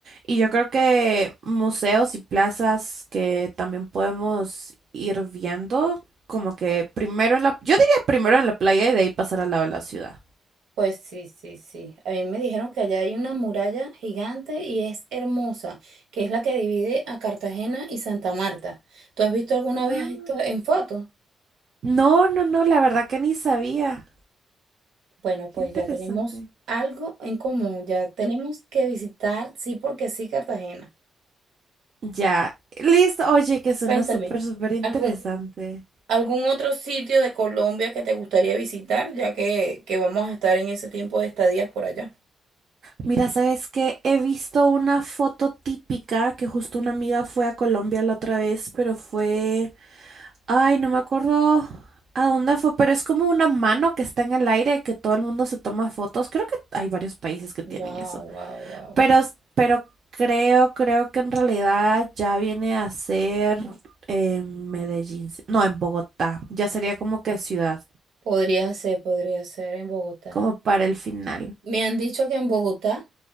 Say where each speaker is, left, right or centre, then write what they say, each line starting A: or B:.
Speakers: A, on the right; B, on the right.
A: y yo creo que museos y plazas que también podemos ir viendo, como que primero en la, yo diría primero en la playa y de ahí pasar al lado de la ciudad.
B: Pues sí, sí, sí. A mí me dijeron que allá hay una muralla gigante y es hermosa, que es la que divide a Cartagena y Santa Marta. ¿Tú has visto alguna vez
A: Ah.
B: esto en fotos?
A: No, no, no, la verdad que ni sabía.
B: Bueno, pues
A: Qué interesante.
B: ya tenemos algo en común, ya tenemos que visitar, sí porque sí, Cartagena.
A: Ya, listo. Oye, que suena
B: Cuéntame,
A: súper, súper interesante.
B: ¿algún, algún otro sitio de Colombia que te gustaría visitar, ya que, que vamos a estar en ese tiempo de estadías por allá?
A: Mira, ¿sabes qué? He visto una foto típica que justo una amiga fue a Colombia la otra vez, pero fue... Ay, no me acuerdo a dónde fue, pero es como una mano que está en el aire que todo el mundo se toma fotos. Creo que hay varios países que tienen
B: Wow,
A: eso.
B: wow, wow.
A: Pero, pero creo, creo que en realidad ya viene a ser en Medellín. si- No, en Bogotá. Ya sería como que ciudad.
B: podría ser, podría ser en Bogotá.
A: como para el final.
B: Me han dicho que en Bogotá